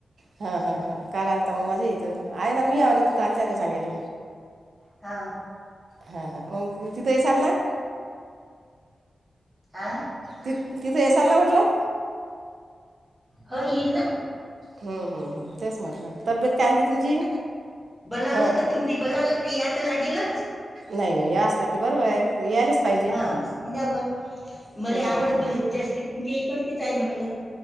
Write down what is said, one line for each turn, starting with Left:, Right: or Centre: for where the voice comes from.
Right: हा हा हा काल आलता मग माझ्या इथं आहे ना मी या ना तिथं आलत ते सांगायले
Centre: हा
Right: हां ह म तिथय सल ना
Centre: हा
Right: ति तिथं येसाल ना म्हटलं
Centre: हो हरना
Right: हम्म हम् हम् तेच म्हटलं तब्येत काय ती तुमची
Centre: बलावलं
Right: हां
Centre: तर तुम्ही बलावलं तर या तर लागेलच
Right: नाही नाही या असला ते बरोबर आहे यायलाच पाहिजे
Centre: हा समजा बा
Right: हं,
Centre: मला आवड
Right: हं, हं.
Centre: द जास्ती तुमच्या इकडतीच आहे म्हटलं